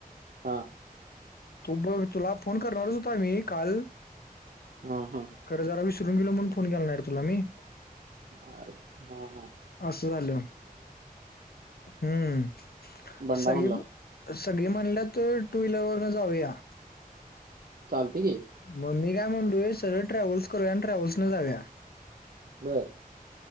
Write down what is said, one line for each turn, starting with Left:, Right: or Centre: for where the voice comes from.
Right: हा.
Left: तू ब तुला फोन करणारच होता आम्ही काल.
Right: हा हा.
Left: खरं जरा विशरून गेलो म्हणून फोन केला नाही रे तुला मी.
Right: अरे हा हा.
Left: असं झाल हम्म
Right: बंडा
Left: सगळी
Right: म्हणला
Left: सगळी म्हणल्या तर टू व्हीलर वरनं जाऊया.
Right: चालतय की.
Left: मग मी काय म्हणतोय सगळ ट्रॅव्हल्स करूया आणि ट्रॅव्हल्स न जाऊया.
Right: बरं.